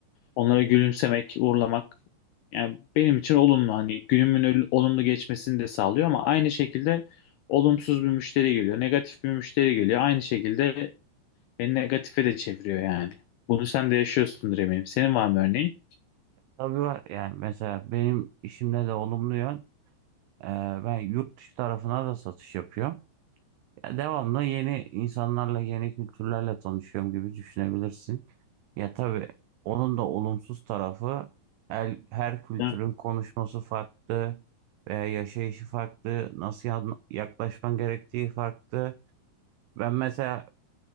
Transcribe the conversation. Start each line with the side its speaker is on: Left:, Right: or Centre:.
Left: Onlara gülümsemek, uğurlamak yani benim için olumlu hani günümün ol- olumlu geçmesini de sağlıyor ama aynı şekilde olumsuz bir müşteri geliyor, negatif bir müşteri geliyor. Aynı şekilde beni negatife de çeviriyor yani. Bunu sen de yaşıyorsundur eminim. Senin var mı örneğin?
Right: Tabii var. Yani mesela benim işimde de olumlu yön. e, ben yurt dışı tarafına da satış yapıyorum. Ya devamlı yeni insanlarla, yeni kültürlerle tanışıyorum gibi düşünebilirsin. Ya tabii onun da olumsuz tarafı el, her kültürün
Left: Hı
Right: konuşması farklı veya yaşayışı farklı, nasıl yan- yaklaşman gerektiği farklı. Ben mesela